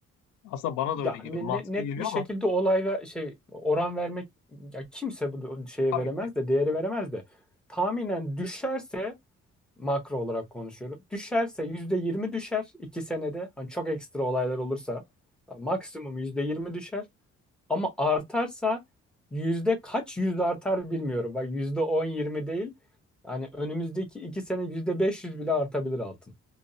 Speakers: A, on the left; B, in the centre.
A: Aslında bana da
B: Ya
A: öyle geliyor.
B: ne-
A: Mantıklı
B: ne- net
A: geliyor
B: bir şekilde
A: ama
B: olay ve şey oran vermek ya kimse bu şeye
A: tabii
B: veremez
A: ki.
B: de değeri veremez de tahminen düşerse makro olarak konuşuyorum. Düşerse yüzde yirmi düşer iki senede. Hani çok ekstra olaylar olursa ya maksimum yüzde yirmi düşer. Ama artarsa yüzde kaç yüz artar bilmiyorum. Bak yüzde on yirmi değil. Yani önümüzdeki iki sene yüzde 500 bile artabilir altın.